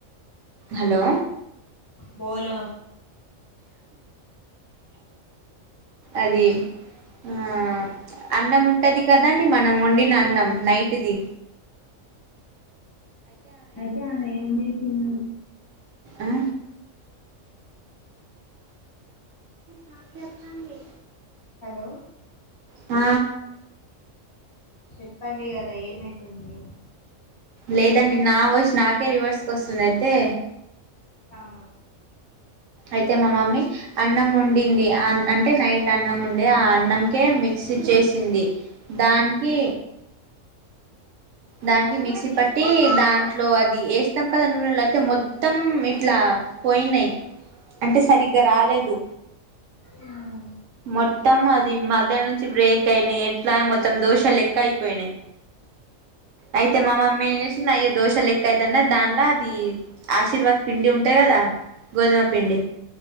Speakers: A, on the right (about 75°); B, on the left (about 20°).
A: హలో
B: బోలో
A: అది ఆ అన్నంముంటది కదాండి మనం వండిన అన్నం నైట్ ది
B: అయితే ఆమె ఏం జెష్ ఉమ్
A: ఆ నాకి వత్తాన్ది
B: హలో
A: ఆ
B: చెప్పండి గదా ఏమైతుంది
A: లేదండి నా వాయస్ నాకే రివర్స్ గొస్తుంది అయితే
B: అవునా
A: అయితే మా మమ్మీ అన్నం వండింది అ అంటే నైట్ అన్నం ఉండే ఆ అన్నంకే మిక్స్ చేసింది దానికి దానికి
B: అదా
A: మిక్సీ పట్టి దాంట్లో అది ఏస్తం కదా నూనెలో అయితే మొత్ మొత్తం ఇట్లా పోయినయి అంటే సరిగ్గ రాలేదు
B: ఉమ్
A: మొత్తం అది <unintelligible> నుంచి బ్రేక్ అయినాయి ఎట్లా మొత్తం దోషాలు లెక్క అయిపోయినాయి అయితే మా మమ్మీ ఎం <unintelligible> దోశ లెక్క <unintelligible> దాంట్లో అది ఆశీర్వాద్ పిండి ఉంటాయి కదా గోధుమ పిండి